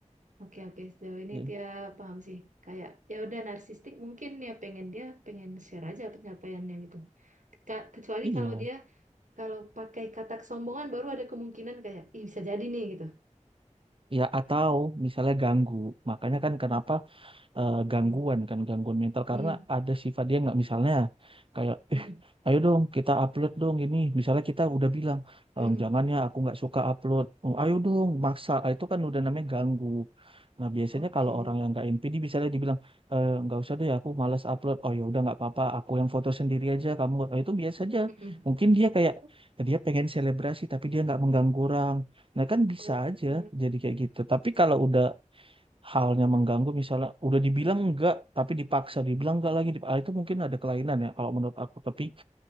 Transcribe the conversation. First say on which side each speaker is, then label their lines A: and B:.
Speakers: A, on the right (about 75°); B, on the right (about 45°).
A: oke oke sejauh ini
B: Ya,
A: dia paham sih kayak ya udah narsistik mungkin ya pengen dia pengen share aja pencapaiannya gitu Ka- kecuali
B: Iya.
A: kalau dia kalau pakai kata kesombongan baru ada kemungkinan kayak Ih, bisa jadi nih gitu
B: Ya atau misalnya ganggu. Makanya kan kenapa eh, gangguan
A: Mm-mm.
B: kan gangguan mental
A: Hmm,
B: karena ada sifat dia nggak misalnya kayak
A: mm,
B: eh ayo dong kita upload dong ini misalnya kita udah bilang "Em,
A: mm, mm.
B: jangan ya aku nggak suka upload Oh, ayo dong maksa Ah, itu kan udah namanya ganggu nah biasanya
A: Oke.
B: kalau orang yang nggak NPD misalnya dibilang "Eh, nggak usah deh aku malas upload oh ya udah nggak apa-apa aku yang foto sendiri aja kamu Ah, itu biasa aja
A: Mm,
B: mungkin dia
A: oh,
B: kayak dia pengen selebrasi tapi dia nggak mengganggu orang Nah kan bisa
A: Oke.
B: aja jadi kayak gitu. Tapi kalau udah halnya mengganggu misalnya udah dibilang enggak tapi dipaksa dibilang enggak lagi dip- ah, itu mungkin ada kelainan ya kalau menurut aku tapi